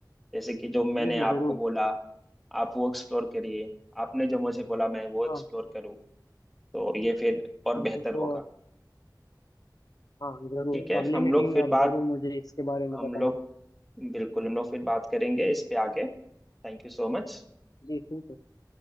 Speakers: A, in the centre; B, on the left (about 55°).
A: जैसे कि जो मैंने
B: जी जी
A: आपको
B: जरूर
A: बोला आप वो एक्सप्लोर करिए आपने जो मुझे बोला मैं वो एक्सप्लोर
B: हाँ
A: करूँ तो ये फिर और
B: ठीक
A: बेहतर
B: है तो
A: होगा
B: हाँ जरूर
A: ठीक है
B: अगली
A: हम
B: मीटिंग
A: लोग फिर
B: में आप
A: बात
B: जरूर मुझे इसके बारे में
A: हम
B: बताना
A: लोग बिल्कुल हम लोग फिर बात करेंगे इस पे आगे Thank you so much
B: जी ठीक है